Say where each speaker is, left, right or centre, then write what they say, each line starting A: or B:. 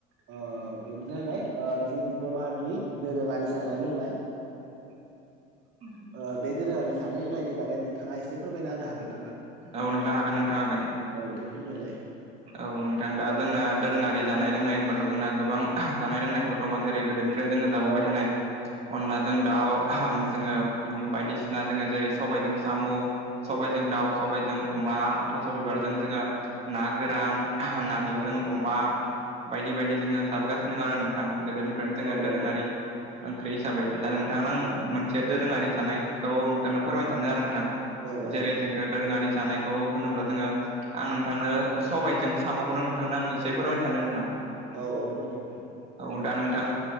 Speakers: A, on the right; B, on the right.
A: अ बेनो जाहाय जोंनि बर' हारिनि दोरोङारि जानाय लोंनाय <inaudible>
B: उ <inaudible>
A: बे दोरोङारि जानाय लोंनायनि बागै नोंथाङा एसे फोरमायना होनो हागोन नामा
B: औ नोंथां हागोन नोंथां हागोन
A: औ दे फोरमायलाय
B: औ नोंथां दा जोंना दोरोङारि जानाय लोंनाय होनबाथ' जोंना गोबां जानाय लोंनायफोर दङ जेरै गोदोनि ज जाबोबाय
A: औ
B: थानाय
A: औ
B: अनलाजों दाउ जोङो बायदिसिना जोङो जेरै सबायजों साम'
A: औ
B: सबबायजों दाउ सबबायजों अमा थास' बिबारजों
A: औ
B: जोङो ना गोरान नारजिजों
A: औ
B: अमा बायदि बायदि जोङो जाबोगासिनो दं आरो नों नोंथां गोदोनिफ्रायनो जोङो
A: औ
B: दोरोङारि
A: औ
B: ओंख्रि हिसाबै दा नोंथांमोना
A: औ
B: मोनसे मोनसे दोरोङारि थानायखौ नोंथांनो फोरमायनो सानदों आरो नोंथां
A: औ औ
B: जेरै
A: नोंथां
B: जोङो दोरोङारि जानायखौ होनोब्ला जोङो आं नोंथांनो सबायाइजों साम'खौनो नोंथांनो आं एसे फोरमायनो सानदों नोंथां
A: औ औ फोरमाय नोंथां
B: औ दा नोंथां